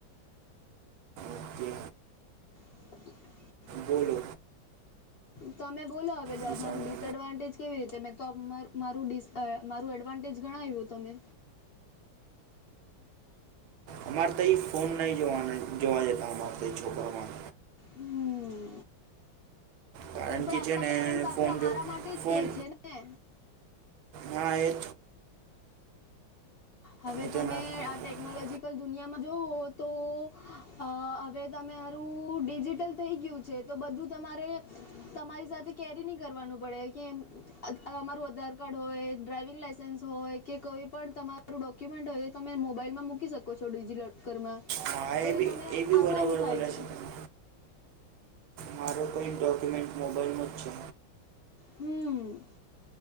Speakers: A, on the right; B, on the left.
A: ઓકે
B: <unintelligible>
A: બોલો.
B: તમે બોલો હવે,
A: દિશાનું
B: મારું ડિસએડવાન્ટેજ કેવી રીતે મેં મારું અ મારું એડવાન્ટેજ ગણા આવ્યું તમે.
A: અમારે તો એ ફોન નહીં જોવાના, જોવા જતા, અમારે તો એ છોકરામાં
B: હમ
A: કારણ
B: એ પણ
A: કે
B: આપણા
A: છે ને
B: પેરેન્ટ્સ આપણા
A: ફોન
B: હારા
A: જો
B: માટે જ
A: ફોન
B: કે છે ને.
A: હા, એ.
B: હવે
A: એ
B: તમે
A: તો ના પાડતો
B: ટેકનોલોજીકલ દુનિયામાં જુઓ તો, હવે તમારું ડિજિટલ થઈ ગયું છે, તો બધું તમારે તમારી સાથે કેરી નહી કરવાનું પડે કે. અમારું આધાર કાર્ડ હોય, ડ્રાઈવિંગ લાઈસન્સ હોય કે, કોઈ પણ તમારું ડોક્યુમેન્ટ હોય, એ તમે મોબાઈલમાં મૂકી શકો છો, ડિજીિલોકરમાં
A: હા
B: તો એ
A: બી
B: તમે
A: બી
B: આસાની
A: બરાબર
B: થાય
A: બોલે
B: છે.
A: તમે મારો કંઈ ડોક્યુમેન્ટ મોબાઈલમાં જ છે.
B: હમ.